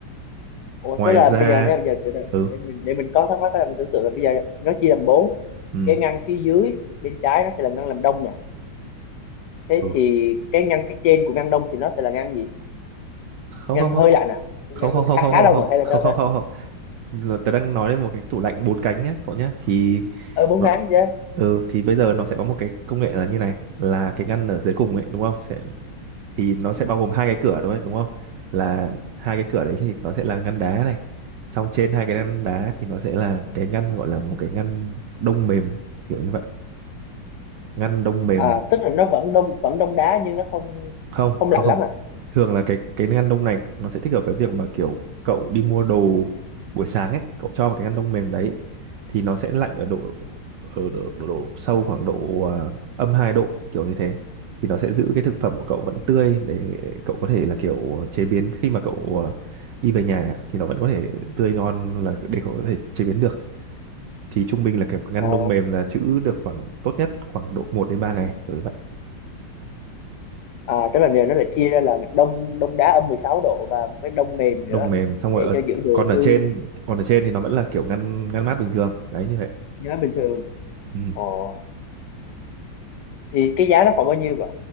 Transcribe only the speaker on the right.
ngoài
ra
ừ
ừ
ừ
không
không
không
không không không
không
không
không
không
không
không không là tớ đang nói đến một cái tủ lạnh bốn cánh nhá cậu nhá thì
nó
ừ, thì bây giờ nó sẽ có một cái công nghệ là như này là cái ngăn ở dưới cùng ấy đúng không sẽ thì nó sẽ
bao gồm hai cái cửa đúng không đúng không là hai cái cửa đấy thì nó sẽ là ngăn đá này xong trên hai cái ngăn đá thì nó sẽ là cái ngăn gọi là một cái ngăn đông mềm kiểu như vậy ngăn đông mềm
không
không
không
thường là cái cái ngăn đông này nó sẽ thích hợp với việc mà kiểu cậu đi mua đồ buổi sáng ấy cậu cho vào cái ngăn đông mềm đấy thì nó sẽ lạnh ở độ ở độ, độ, độ sâu khoảng độ à, âm 2 độ kiểu như thế thì nó sẽ giữ cái thực phẩm của cậu vẫn tươi để cậu có thể là kiểu chế biến khi mà cậu à, đi về nhà thì nó vẫn có thể tươi ngon là để cậu có thể chế biến được thì trung bình là kiểu ngăn
đông mềm là trữ được khoảng tốt nhất khoảng độ một đến 3 ngày đối vậy
đông mềm xong rồi
ở
còn ở
trên còn ở trên thì nó vẫn là kiểu ngăn ngăn mát bình thường đấy như vậy
ừ.